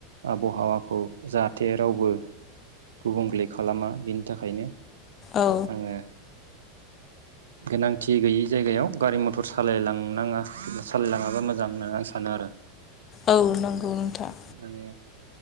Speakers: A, on the right (about 80°); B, on the left (about 35°).
A: आबहावाखौ जाहाथे रावबो गुबुंले खालामा बेनि थाखायनो
B: औ
A: आङो गोनांथि गैयि जायगायाव गारि मथर सालायलांनाङा सालायलाङाबा मोजां होननानै आं सानो आरो
B: औ नंगौ नोंथां
A: माने